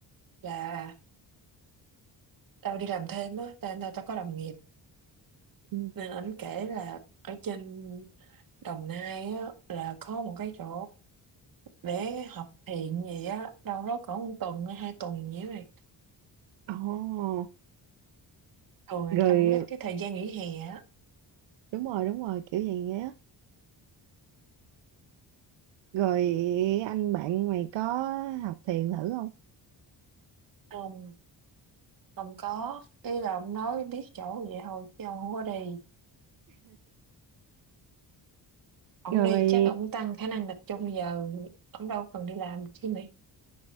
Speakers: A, on the right (about 50°); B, on the right (about 75°).
A: là tao đi làm thêm á tao tao tao có đồng nghiệp
B: ừ.
A: nên anh kể là ở trên Đồng Nai á là có một cái chỗ để học thiền gì á đâu đó cỡ một tuần hay hai tuần gì đó này
B: Ồ,
A: thường là
B: rồi
A: trong cái, cái thời gian nghỉ hè á
B: đúng rồi đúng rồi kiểu vậy á Rồi anh bạn mày có học thiền thử không?
A: ông ông có ý là ông nói biết chỗ vậy thôi chứ ông không có đi ông
B: Rồi
A: đi
B: mày
A: chắc ông tăng khả năng tập trung giờ ông đâu cần đi làm chi mày